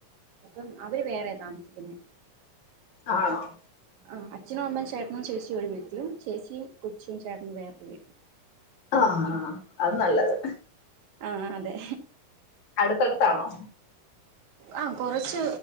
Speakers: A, on the right; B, on the left.
A: ഇപ്പം അവര് വേറെയാ താമസിക്കുന്നേ
B: ആണോ ആ
A: ആഹ് അച്ഛനും അമ്മയും ചേട്ടനും ചേച്ചിയും ഒരു വീട്ടിലും ചേച്ചി കൊച്ചും ചേട്ടനും വേറൊരു വീട്ടിലും
B: ആഹ് ആഹ് അത് നല്ലത്
A: ആ ആണ് അതെ
B: അടുത്തടുത്താണോ
A: ആ കൊറച്ച്